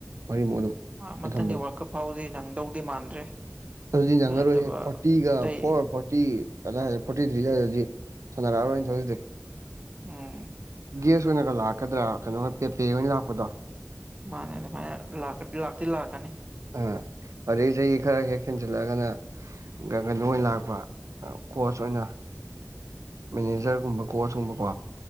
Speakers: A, on the right; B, on the right.
A: ꯃꯔꯤꯃꯨꯛ ꯑꯗꯨꯝ
B: ꯃꯥ
A: ꯑꯩꯅ
B: ꯃꯊꯪꯒꯤ
A: ꯈꯟꯕꯗ
B: ꯋꯥꯜ ꯀꯞ ꯐꯥꯎꯗꯤ ꯅꯪꯗꯧꯗꯤ ꯃꯥꯟꯗ꯭ꯔꯦ
A: ꯑꯗꯨꯗꯤ ꯅꯪꯉꯔꯣꯏꯍꯦ
B: ꯑꯗꯨ ꯅꯠꯇꯕ
A: ꯐꯣꯔꯇꯤꯒ
B: ꯑꯇꯩ
A: ꯐꯣꯔ ꯐꯣꯔꯇꯤ ꯀꯗꯥꯏ ꯐꯣꯔꯇꯤꯊ꯭ꯔꯤ ꯑꯗꯥꯏꯗꯗꯤ ꯁꯥꯟꯅꯔꯛꯑꯔꯣꯏ ꯑꯣꯏꯅ ꯊꯧꯖꯗꯦ
B: ꯎꯝ
A: ꯒꯦꯁ ꯑꯣꯏꯅꯒ ꯂꯥꯛꯀꯗ꯭ꯔꯥ ꯀꯩꯅꯣꯒ ꯄꯦꯄꯦ ꯍꯣꯏꯅ ꯂꯥꯛꯄꯗꯣ
B: ꯃꯥꯟꯅꯦ ꯑꯗꯨꯃꯥꯏꯅ ꯂꯥꯛꯇꯤ ꯂꯥꯛꯀꯅꯤ
A: ꯑꯣ ꯑꯗꯩ ꯆꯍꯤ ꯈꯔ ꯍꯦꯛ ꯍꯦꯟꯖꯜꯂꯛꯑꯒꯅ ꯒꯀꯩꯅꯣ ꯑꯣꯏꯅ ꯂꯥꯛꯄ ꯀꯣꯆ ꯑꯣꯏꯅ ꯃꯦꯅꯦꯖ꯭ꯔꯒꯨꯝꯕ ꯀꯣꯆꯀꯨꯝꯕꯀꯣ